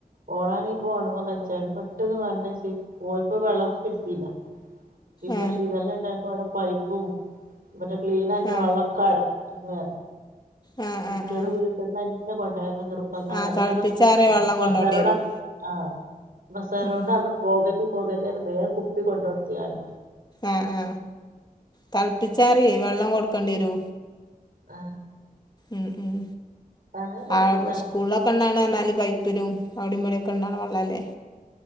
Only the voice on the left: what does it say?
ഏ
ആ ആ
ആ
ആ ആ
ആ തിളപ്പിച്ചാറിയ
വെള്ളം
കൊണ്ടോണ്ടി വരും
ഉം
ആ ആ തിളപ്പിച്ചാറിയേ വെള്ളം കൊടുക്കണ്ടി വരോ
ഉം ഉം
ആ
സ്കൂളിലൊക്കെണ്ടാണണാന്നാല് പൈപ്പിലും അവിടേംഇവിടേംക്കെ എണ്ണാനു വെള്ളല്ലേ